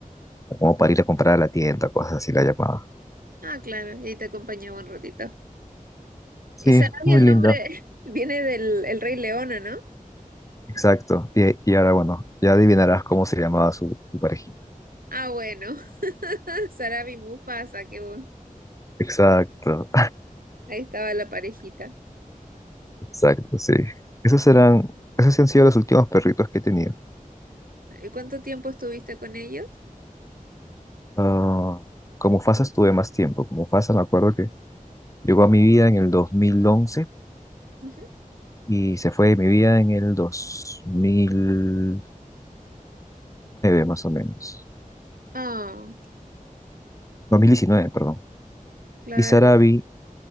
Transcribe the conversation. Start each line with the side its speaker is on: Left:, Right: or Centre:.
Left: Como para ir a comprar a la tienda, cosas así la llamaba.
Right: Ah, claro. Y te acompañaba un ratito.
Left: Sí,
Right: Y Sarabia
Left: muy
Right: el
Left: linda,
Right: nombre <laughs> viene del el Rey León, ¿o ¿no?
Left: exacto. Y, y ahora, bueno, ya adivinarás cómo se llamaba su, su parejita.
Right: Ah, bueno. Sarabi Mufasa, qué bonito.
Left: Exacto,
Right: Ahí estaba la parejita.
Left: <laughs> exacto, sí. Esos eran, esos sí han sido los últimos perritos que he tenido.
Right: ¿Y cuánto tiempo estuviste con ellos?
Left: Ah, como FASA estuve más tiempo. Como FASA me acuerdo que llegó a mi vida en el 2011
Right: Ujú.
Left: y se fue de mi vida en el 2009 más o menos.
Right: Ah,
Left: 2019, perdón.
Right: claro.
Left: Y Sarabi,